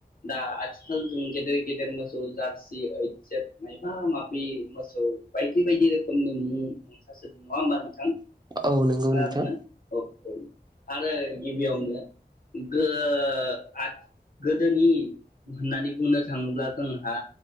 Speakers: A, on the left; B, on the right.
A: दा आथिखाल जों गेदेर गेदेर मोसौ जारसि ओइटसेभ मायबा माबि मोसौ बायदि बायदि रोखोमनि मुं ओंखारसोदों नङा होमबा नोंथां
B: औ नोंगौ
A: खोनादोंना
B: नोंथां
A: औ औ आरो गिबियावनो गो आथ गोदोनि होननानै बुंनो थाङोब्ला जोंहा